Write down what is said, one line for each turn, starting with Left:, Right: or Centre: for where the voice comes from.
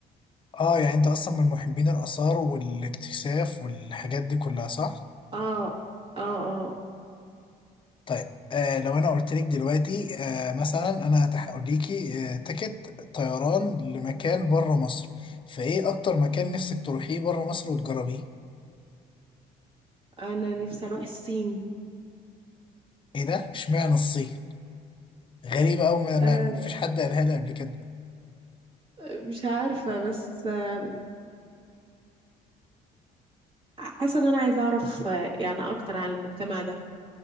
Left: اه يعني انت اصلا من محبين الآثار والاكتشاف والحاجات دي كلها صح؟
Right: اه اه اه
Left: طيب آه لو انا قلت لك دلوقتي آه مثلا انا هقول ليكي آه تيكت طيران لمكان بره مصر فايه اكتر مكان نفسك تروحيه بره مصر وتجربيه
Right: انا نفسي اروح الصين
Left: ايه ده اشمعنى الصين غريبة او ما,
Right: آه
Left: ما ما فيش حد قالها لي قبل كده
Right: مش عارفه بس آه حاسه ان انا عايزه اعرف آه يعني اكتر عن المجتمع ده